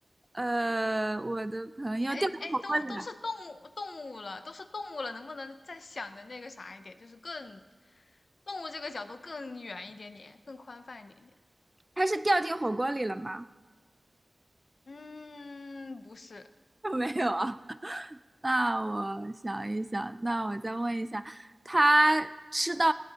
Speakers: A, on the right; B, on the left.
A: 呃，我的朋友掉到火锅里了。
B: 哎哎，都都是动物动物了，都是动物了，能不能再想的那个啥一点，就是更动物这个角度更远一点点，更宽泛一点点？
A: 他是掉进火锅里了吗？
B: 嗯，不是，
A: <laughs> 没有啊。那我想一想，那我再问一下，他吃到